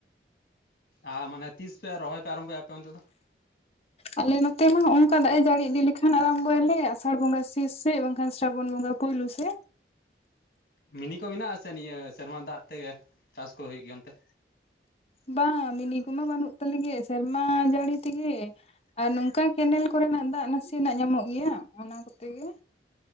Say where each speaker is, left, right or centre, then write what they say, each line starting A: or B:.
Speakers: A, on the left (about 50°); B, on the left (about 35°).
A: ᱟᱨ ᱢᱟᱱᱮ ᱛᱤᱥ ᱯᱮ ᱨᱚᱦᱚᱭ ᱯᱮ ᱟᱨᱟᱢᱵᱚᱭᱟ ᱟᱯᱮ ᱚᱱᱛᱮ ᱫᱚ?
B: ᱟᱞᱮ ᱱᱚᱛᱮ ᱢᱟᱜ ᱦᱚᱜᱚ ᱱᱚᱝᱠᱟ ᱫᱟᱜ ᱮ ᱡᱟᱹᱲᱤ ᱤᱫᱤ ᱞᱮᱠᱷᱟᱱ ᱟᱨᱟᱢ ᱵᱚᱭᱟᱞᱮ, ᱟᱥᱟᱲ ᱵᱚᱸᱜᱟ ᱥᱤᱥ ᱥᱮ ᱵᱟᱝᱠᱷᱟᱱ ᱥᱨᱟᱵᱚᱱ ᱵᱚᱸᱜᱟ᱾ ᱠᱚᱭᱞᱳ ᱥᱮ
A: ᱢᱤᱱᱤ ᱠᱚ ᱢᱮᱱᱟᱜ ᱟᱥᱮ ᱱᱤᱭᱟᱹ ᱥᱮᱨᱢᱟ ᱫᱟᱜ ᱛᱮᱜᱮ ᱪᱟᱥ ᱠᱚ ᱦᱩᱭᱩᱜ ᱜᱮᱭᱟ ᱚᱱᱛᱮ?
B: ᱵᱟᱝ ᱢᱤᱱᱤ ᱠᱚᱢᱟ ᱵᱟᱹᱱᱩᱜ ᱛᱟᱞᱮᱜᱮ ᱥᱮᱨᱢᱟ ᱡᱟᱹᱲᱤ ᱛᱤᱜᱮ᱾ ᱟᱨ ᱱᱚᱝᱠᱟ ᱠᱮᱱᱮᱞ ᱠᱚᱨᱮᱱᱟᱜ ᱫᱟᱜ ᱱᱟᱥᱮᱱᱟᱜ ᱧᱟᱢᱚᱜ ᱜᱮᱭᱟ ᱚᱱᱟ ᱠᱚᱛᱮ ᱜᱮ᱾